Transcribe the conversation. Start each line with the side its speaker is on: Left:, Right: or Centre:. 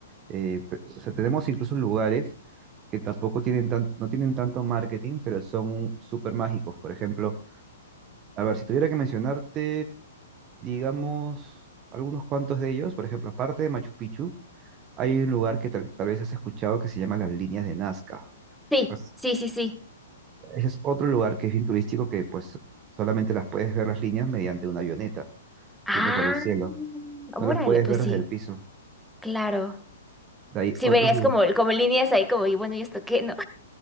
Right: Eh, pe- o sea, tenemos incluso lugares que tampoco tienen tan, no tienen tanto marketing, pero son súper mágicos. Por ejemplo, a ver, si tuviera que mencionarte, digamos, algunos cuantos de ellos, por ejemplo, aparte de Machu Picchu, hay un lugar que tal, tal vez has escuchado que se llama las líneas de Nazca.
Centre: Sí,
Right: As-
Centre: sí, sí, sí.
Right: Ese es otro lugar que es bien turístico que pues solamente las puedes ver las líneas mediante una avioneta,
Centre: Ah,
Right: yendo por el cielo.
Centre: órale,
Right: No las puedes
Centre: pues
Right: ver
Centre: sí,
Right: desde el piso.
Centre: claro.
Right: De ahí
Centre: Sí,
Right: otros
Centre: verías
Right: lugares.
Centre: como, como líneas ahí como, y bueno, ¿y esto qué, no?